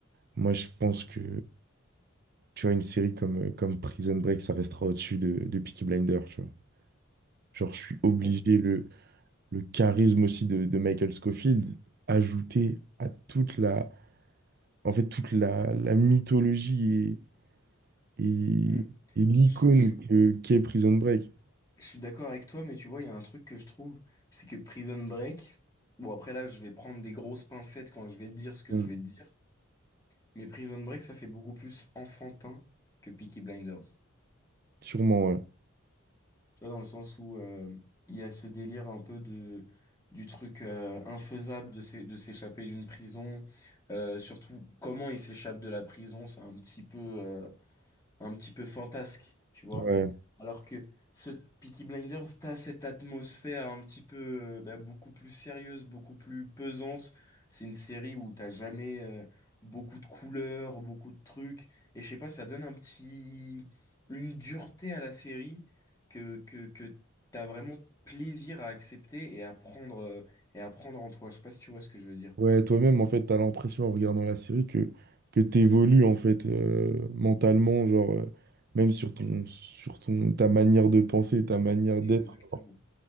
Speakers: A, on the right (about 45°); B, on the left (about 15°).
A: moi, je pense que tu vois, une série comme, euh, comme Prison Break, ça restera au-dessus de, de Peaky Blinders, tu vois. Genre, je suis obligé,
B: Bon,
A: le, le charisme aussi de, de Michael Scofield, ajouté à toute la, en fait, toute la, la mythologie et, et,
B: Hmm.
A: et l'icône
B: Je, je-
A: que, qu'est Prison Break.
B: je suis d'accord avec toi, mais tu vois, il y a un truc que je trouve, c'est que Prison Break, bon après là, je vais prendre des grosses pincettes quand je vais te dire ce que
A: Bon,
B: je vais te dire, mais Prison Break, ça fait beaucoup plus enfantin que Peaky Blinders.
A: sûrement, ouais.
B: Tu vois, dans le sens où euh, il y a ce délire un peu de du truc euh, infaisable de s'é- de s'échapper d'une prison, euh, surtout comment il s'échappe de la prison, c'est un petit peu euh, un petit peu fantasque, tu vois.
A: Ouais,
B: Alors que ce Peaky Blinders, t'as cette atmosphère un petit peu euh, bah, beaucoup plus sérieuse, beaucoup plus pesante. C'est une série où t'as jamais euh, beaucoup de couleurs, beaucoup de trucs. Et je sais pas, ça donne un petit... une dureté à la série que, que, que t'as vraiment plaisir à accepter et à prendre, euh, et à prendre en toi. Je sais pas si tu vois ce que je veux dire.
A: Ouais, toi-même, en fait, t'as l'impression en regardant la série que, que t'évolues, en fait, euh, mentalement, genre, euh, même sur ton, sur ton, ta manière de penser, ta manière
B: Exactement.
A: d'être.